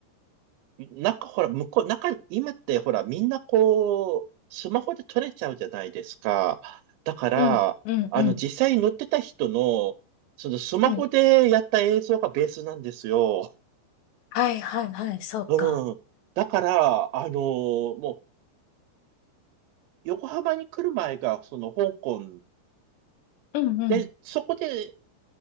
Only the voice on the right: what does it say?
中、ほら、向こう、中、今ってほら、みんなこう、スマホで撮れちゃうじゃないですか。だから、
あの、実際に乗ってた人の、そのスマホでやった映像がベースなんですよ。
うん。だから、あのもう、横浜に来る前が、その香港
で、そこで